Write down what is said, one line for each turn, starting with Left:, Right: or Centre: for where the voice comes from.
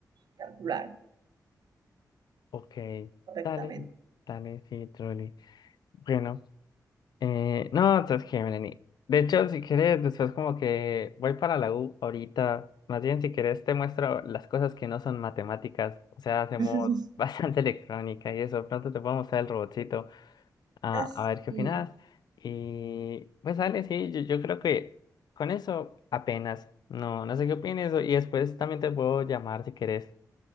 Right: calcular
Left: ok,
Right: correctamente.
Left: dale, dale, sí, truly. Bueno, eh, no, entonces que, Melanie. De hecho, si quieres, después como que voy para la U ahorita. Más bien, si quieres, te muestro las cosas que no son matemáticas. O sea, hacemos
Right: <laughs>
Left: <laughs> bastante electrónica y eso. Pronto te puedo mostrar el robotcito. a,
Right: Así.
Left: a ver qué opinas. Y pues dale, sí, yo, yo creo que con eso apenas. No, no sé qué opines. Y después también te puedo llamar si querés.